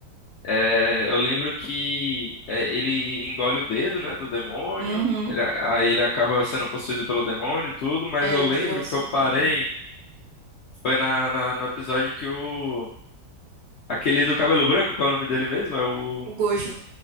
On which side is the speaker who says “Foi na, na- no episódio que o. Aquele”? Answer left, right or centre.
Left